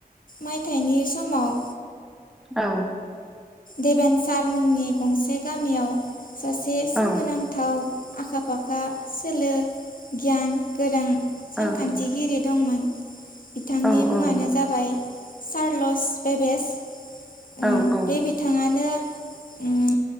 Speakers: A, on the left; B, in the centre.
A: मायथाइनि समाव
B: औ
A: देबेनसार मुंनि गंसे गामियाव सासे सोमोनांथाव
B: औ
A: आखा फाखा सोलो गियान गोरों सानखान्थिगिरि
B: औ
A: दंमोन बिथांनि
B: औ
A: मुङानो
B: औ
A: जाबाय चारलस भेबेस
B: औ
A: उम
B: औ
A: बे बिथाङानो उम